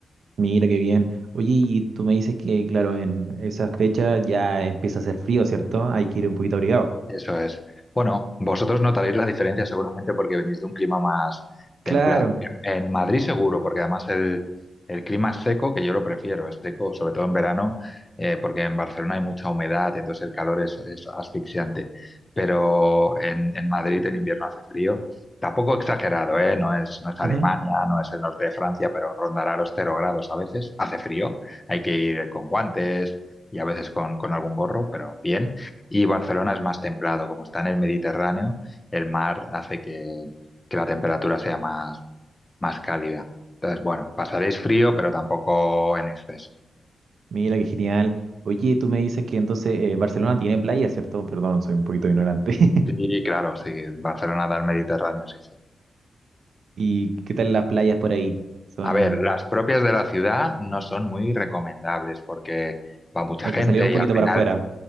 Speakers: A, on the right (about 70°); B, on the left (about 20°).
A: Mira qué bien. Oye, y tú me dices que, claro, en esa fecha ya empieza a hacer frío, ¿cierto? Hay que ir un poquito abrigado.
B: Eso es. Bueno, vosotros notaréis la diferencia seguramente porque venís de un clima más templado.
A: Claro.
B: En, en Madrid seguro, porque además el, el clima es seco, que yo lo prefiero, es seco, sobre todo en verano, eh, porque en Barcelona hay mucha humedad, entonces el calor es, es asfixiante. Pero en, en Madrid en invierno hace frío. Tampoco exagerado, ¿eh? No es, no es Alemania,
A: Ujú.
B: no es el norte de Francia, pero rondará los cero grados a veces. Hace frío, hay que ir con guantes y a veces con, con algún gorro, pero bien. Y Barcelona es más templado, como está en el Mediterráneo, el mar hace que, que la temperatura sea más, más cálida. Entonces, bueno, pasaréis frío, pero tampoco en exceso.
A: Mira qué genial. Oye, tú me dices que entonces eh, Barcelona tiene playas, ¿cierto? Perdón, soy un poquito ignorante. <laughs>
B: Sí, claro, sí, Barcelona da al Mediterráneo, sí, sí.
A: ¿Y qué tal las playas por ahí? Son...
B: A ver, las propias de la ciudad no son muy recomendables porque va mucha
A: Hay
B: gente
A: que salir un poquito
B: y al final
A: para afuera.